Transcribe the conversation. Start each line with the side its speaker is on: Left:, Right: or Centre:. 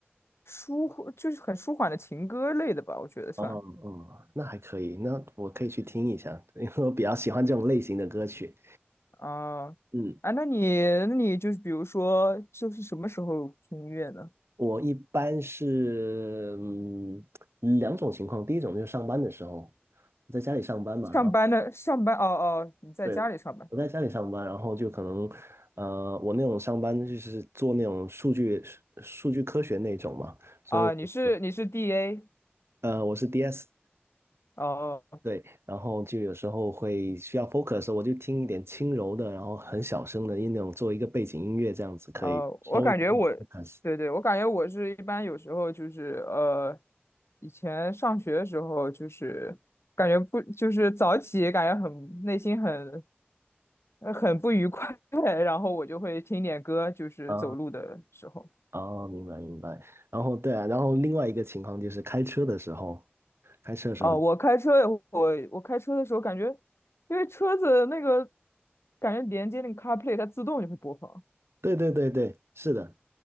Left: 舒，就是很舒缓的情歌类的吧，我觉得算。
Right: 哦哦，那还可以，那我可以去听一下，因为我比较喜欢这种类型的歌曲。
Left: 啊、
Right: 嗯，
Left: 啊，那你那你就是比如说，就是什么时候听音乐呢？
Right: 我一般是嗯两种情况，第一种就是上班的时候，在家里上班嘛，
Left: 上班的上班哦哦，
Right: 然后
Left: 你在家里上班
Right: 对，我在家里上班，然后就可能呃，我那种上班就是做那种数据数据科学那种嘛，所以我是
Left: 啊？你是你是 DA
Right: 呃我是 DS，
Left: 哦哦，
Right: 对，然后就有时候会需要 focus 的时候我就听一点轻柔的，然后很小声的那种，做一个背景音乐，这样子可以稍微帮我
Left: 呃我感觉我
Right: focus。
Left: 对对，我感觉我是一般有时候就是呃，以前上学的时候就是感觉不就是早起，感觉很内心很呃很不愉快，<laughs> 然后我就会听点歌，就是走路的时候。
Right: 啊啊，明白明白。然后对啊，然后另外一个情况就是开车的时候，开车的时候，
Left: 哦，我开车也会我我开车的时候感觉，因为车子那个感觉连接那个 CarPlay，它自动就会播放。
Right: 对对对对，是的。